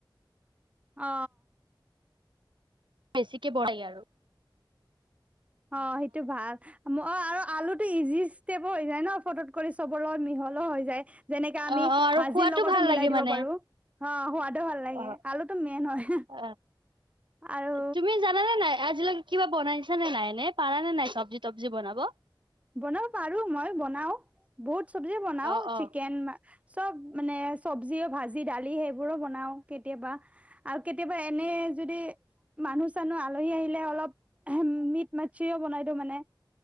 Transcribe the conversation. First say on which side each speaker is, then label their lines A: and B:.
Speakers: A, on the right; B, on the right.
A: অ
B: বেছিকে বঢ়াই আৰু
A: অ সেইটো ভাল অ আৰু আলুটো ইজি হৈ যায় ন ফত কৰিব ত মিহলো হৈ যায় যেনেকে আমি
B: অ আৰু
A: ভাজিৰ
B: খোৱাতো
A: লগতো
B: ভাল
A: মিলাই
B: লাগে
A: দিব
B: মানে
A: পাৰো। অ ভাল লাগে
B: অ
A: আলুটোো মেইন হয়
B: অ
A: আৰু
B: তুমি জানানে নাই আজিলৈকে কিবা বনাইছা নে নাইনে। পাৰা নে নাই চব্জি তব্জি বনাব
A: বনাব পাৰো মই বনাও বহুত চব্জি বনাও
B: অ অ
A: চিকেন ম চব মানে চব্জিও ভাজি দালি সেইবোৰো বনাও কেতিয়াবা আৰু কেতিয়াবা এনে যদি মানুহ চানুহ আলহী আহিলে অলপ মিট মাচিও বনাই দিওঁ মানে